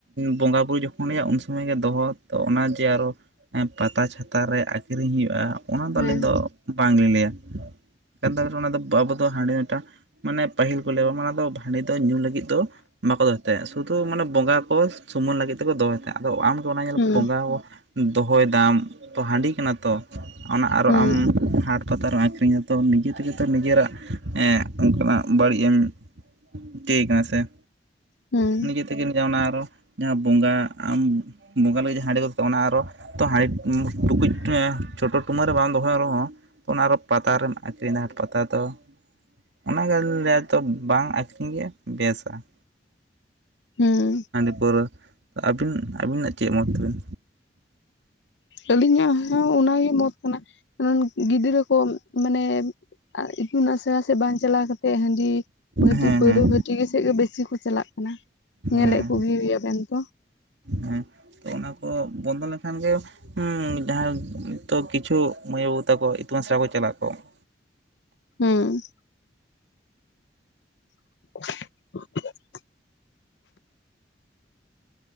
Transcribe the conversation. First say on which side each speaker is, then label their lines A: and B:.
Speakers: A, on the right (about 85°); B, on the left (about 80°).
A: ᱵᱚᱸᱜᱟ ᱵᱩᱨᱩ ᱡᱚᱠᱷᱚᱱᱼᱭᱟᱜ, ᱩᱱ ᱥᱚᱢᱚᱭ ᱜᱮ, ᱫᱚᱦᱚ ᱛᱚ, ᱚᱱᱟ ᱡᱮ ᱟᱨᱚ ᱮᱸᱼ ᱯᱟᱛᱟ ᱪᱷᱟᱛᱟ ᱨᱮ, ᱟᱠᱷᱨᱤᱧ ᱦᱩᱭᱩᱜᱼᱟ ᱾ ᱚᱱᱟ ᱫᱚ
B: ᱦᱮᱸ
A: ᱟᱹᱞᱤᱧ ᱫᱚ, ᱵᱟᱝᱞᱤᱧ ᱞᱟᱹᱭᱟ ᱾ ᱠᱟᱱ ᱛᱟᱵᱤᱱ ᱚᱱᱟ ᱫᱚ, ᱟᱵᱚ ᱫᱚ, ᱦᱟᱺᱰᱤ ᱢᱤᱫᱴᱟᱝ, ᱢᱟᱱᱮ, ᱯᱟᱹᱦᱤᱞ ᱠᱚ, ᱞᱟᱹᱭᱟ, ᱚᱱᱟ ᱫᱚ ᱦᱟᱺᱰᱤ ᱫᱚ, ᱧᱩ ᱞᱟᱹᱜᱤᱫ ᱫᱚ, ᱵᱟᱠᱚ ᱫᱚᱦᱚᱭ ᱛᱟᱦᱮᱸ, ᱥᱩᱫᱷᱩ ᱢᱟᱱᱮ, ᱵᱚᱸᱜᱟ ᱠᱚ, ᱥᱩᱢᱩᱱ ᱞᱟᱹᱜᱤᱫ ᱛᱮᱠᱚ, ᱫᱚᱦᱚᱭ ᱾ ᱟᱫᱚ ᱟᱢ ᱫᱚ, ᱚᱱᱟ ᱧᱮᱞ
B: ᱦᱩᱸ
A: ᱵᱚᱸᱜᱟᱼᱣᱟ ᱫᱚᱦᱚ ᱮᱫᱟᱢ ᱛᱚ, ᱦᱟᱺᱰᱤ ᱠᱟᱱᱟ ᱛᱚ ᱾ ᱟᱨᱚ,
B: ᱦᱩᱸ
A: ᱟᱢ ᱦᱟᱴ ᱯᱟᱛᱟ ᱨᱮᱢ ᱟᱹᱠᱷᱨᱤᱧᱟ ᱛᱚ, ᱱᱤᱡᱮ ᱛᱮᱜᱮ ᱛᱚ, ᱱᱤᱡᱮᱨᱟᱜ, ᱮᱸᱜᱼ ᱚᱱᱠᱟᱱᱟᱜ ᱵᱟᱹᱲᱤᱡ ᱮᱢ ᱴᱤᱠᱟ. ᱭ ᱠᱟᱱᱟ ᱥᱮ?
B: ᱦᱩᱸ
A: ᱱᱤᱡᱮ ᱛᱮ ᱛᱮᱜᱮᱱ ᱡᱟ, ᱚᱱᱟ ᱟᱨᱚ, ᱡᱟᱦᱟᱸ ᱵᱚᱸᱜᱟ ᱟᱢ ᱵᱚᱸᱜᱟ ᱞᱟᱹᱜᱤᱫ ᱡᱟᱦᱟ ᱦᱟᱺᱰᱤ ᱫᱚᱨᱠᱟᱨ, ᱚᱱᱟ ᱟᱨᱚ, ᱛᱚ, ᱦᱟᱺᱰᱤ ᱴᱩᱠᱩᱡ ᱟᱸ ᱪᱚᱰᱚᱨ ᱴᱩᱢᱟᱹ ᱨᱮ ᱵᱟᱢ ᱫᱚᱦᱚᱭ ᱨᱮᱦᱚᱸ ᱛᱚ, ᱚᱱᱟ ᱟᱨᱚ ᱯᱟᱛᱟ ᱨᱮᱢ, ᱟᱹᱠᱷᱨᱤᱧᱟ ᱾ᱦᱟᱴ ᱯᱟᱛᱟ ᱫᱚ ᱚᱱᱟ ᱜᱮ ᱟᱞᱤᱧ ᱞᱟᱭᱟ, ᱛᱚ, ᱵᱟᱝ ᱟᱠᱷᱨᱤᱧ ᱜᱮ ᱵᱮᱥᱟ ᱾
B: ᱦᱩᱸᱻ ᱾
A: ᱦᱟᱺᱰᱤ ᱯᱟᱹᱣᱨᱟᱹ, ᱟᱹᱵᱤᱱ, ᱟᱹᱵᱤᱱᱟᱜ ᱪᱮᱫ ᱢᱚᱛ ᱛᱮᱵᱤᱱ?
B: ᱟᱹᱞᱤᱧᱟᱜ ᱦᱚᱸ, ᱚᱱᱟ ᱜᱮ ᱢᱚᱛ ᱠᱟᱱᱟ, ᱜᱤᱫᱽᱨᱟᱹ ᱠᱚ, ᱢᱟᱱᱮ, ᱤᱛᱩᱱ ᱟᱥᱲᱟ ᱥᱮᱫ, ᱵᱟᱝ ᱪᱟᱞᱟᱣ ᱠᱟᱛᱮᱫ ᱦᱟᱺᱰᱤ, ᱵᱷᱟᱹᱴᱤ,
A: ᱦᱮᱸ
B: ᱯᱟᱹᱣᱨᱟᱹ
A: ᱦᱮᱸ
B: ᱵᱷᱟᱹᱴᱤ ᱜᱮ, ᱥᱮᱫ ᱜᱮ ᱵᱮᱥᱤ ᱠᱚ, ᱪᱟᱞᱟᱜ ᱠᱟᱱᱟ ᱾ ᱧᱮᱞ
A: ᱦᱮᱸ
B: ᱮᱫ ᱠᱚ, ᱜᱮᱭᱟ ᱵᱮᱱ ᱛᱚ ᱾
A: ᱦᱮᱸ, ᱛᱚ, ᱚᱱᱟ ᱠᱚ, ᱵᱚᱱᱫᱚ ᱞᱮᱠᱷᱟᱱ ᱜᱮ, ᱦᱩᱸᱻ, ᱡᱟᱦᱟᱸᱭ ᱛᱚ ᱠᱤᱪᱷᱩ, ᱢᱟᱹᱭ ᱵᱟᱹᱵᱩ ᱛᱟᱠᱚ, ᱤᱛᱩᱱ ᱟᱥᱲᱟ ᱠᱚ, ᱪᱟᱞᱟᱜ ᱠᱚᱜ ᱾
B: ᱦᱩᱸᱻ ᱾ <unintelligible>